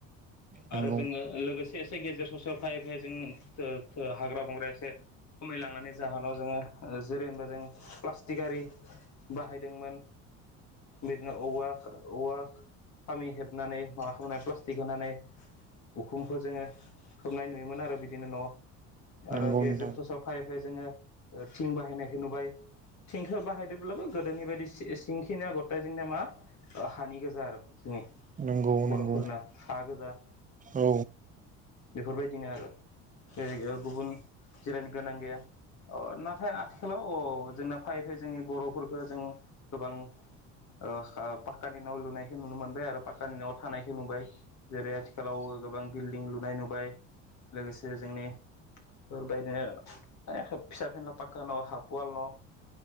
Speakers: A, on the right; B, on the left.
A: नंगौ
B: आरो जोङो लोगोसे गेजेर ससेयाव फायै फायै जों थो थो हाग्रा बंग्राया एसे खमायलांनानै जाहा नाव जोङो जेरै होनबा जों प्लास्टिक आरि बाहायदोंमोन बिदिनो औवा औवा खामि हेबनानै माबा खालामनाय प्लास्टिक होनानै उखुमखौ जोङो खोबनाय नुयोमोन आरो बिदिनो न'आव आरो
A: नंगौ
B: गेजेर
A: नोंथां
B: ससेयाव फाइ फायै बे जोङो ओ थिं बाहायनायखौ नुबाय थिंखौ बाहायदोब्लाबो गोदोनि बायदि सिंखिनिया गथायजोंनि मा ओ हानि गोजा आरो जोंनि
A: नंगौ
B: बर'फोरना
A: नंगौ
B: हा गोजा
A: औ
B: बेफोरबायदिनो आरो जिरायग्रायाव गुबुन जिरायनो गोनां गैया अ नाथाय आथि आथिखालाव अ जोंना फायै फायै जोंनि बर'फोरखौ जों गोबां ओ ओ पाक क्कानि न' लुनायखौ नुनो मोनबाय आरो पाक्कानि न'आव थानायखौ नुबाय जेरै आथिखालाव गोबां बिल्डिं लुनाय नुबाय लोगोसे जोंनि बेबायदिनो ए खोब फिसा फेनना पाकका न' हाफ‌ वाल न'